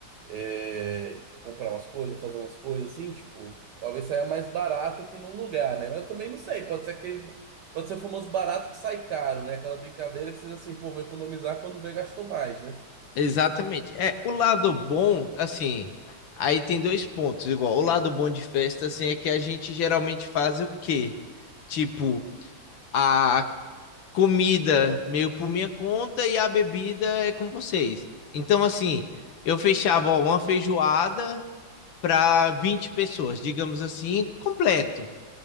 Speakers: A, on the right; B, on the left.
A: é, comprar umas coisas, fazer umas coisas assim, tipo, talvez saia mais barato que num lugar, né? Mas eu também não sei, pode ser aquele, pode ser o famoso barato que sai caro, né? Aquela brincadeira que vocês, assim, pô, vou economizar quando vê, gastou mais, né?
B: Exatamente. É, o lado bom, assim, aí tem dois pontos, igual. O lado bom de festa, assim, é que a gente geralmente faz o quê? Tipo, a comida meio por minha conta e a bebida é com vocês. Então, assim, eu fechava, ó, uma feijoada para 20 pessoas, digamos assim, completo.